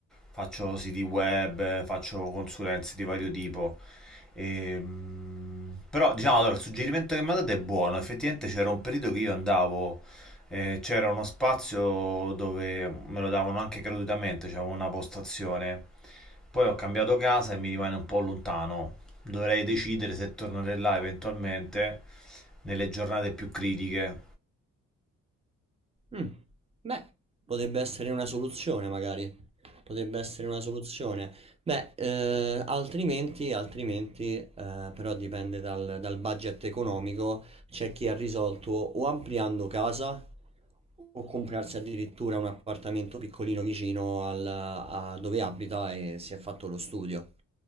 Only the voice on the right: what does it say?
Mm. Beh, potrebbe essere una soluzione, magari. Potrebbe essere una soluzione. Beh, eh, altrimenti, altrimenti eh, però dipende dal, dal budget economico. C'è chi ha risolto o ampliando casa o comprarsi addirittura un appartamento piccolino vicino al- a dove abita e si è fatto lo studio.